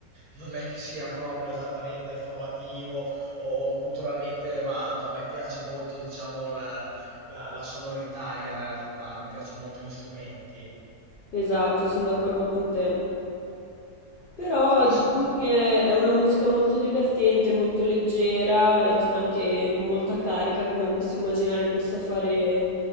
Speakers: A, on the right (about 60°); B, on the left (about 65°).
A: non è che sia proprio esattamente formativo o culturalmente elevato. A me piace molto, diciamo, la, la- la sonorità in realtà, mi piacciono molto gli strumenti.
B: Esatto, sono d'accordo con te. Però
A: Ascolta,
B: diciamo
A: ma-
B: che è una musica molto divertente, molto leggera e ti dà anche molta carica, come posso immaginare possa fare